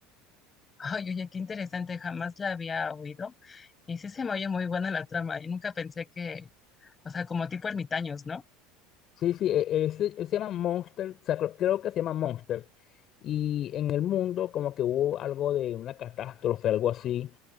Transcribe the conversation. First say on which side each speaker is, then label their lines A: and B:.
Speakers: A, on the left; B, on the left.
A: <laughs> Ay, oye, qué interesante, jamás la había oído. Y sí se me oye muy buena la trama. Y nunca pensé que, o sea, como tipo ermitaños, ¿no?
B: Sí, sí, e- ese- él, se llama Monster, o sea, creo, creo que se llama Monster. Y en el mundo como que hubo algo de una catástrofe, algo así.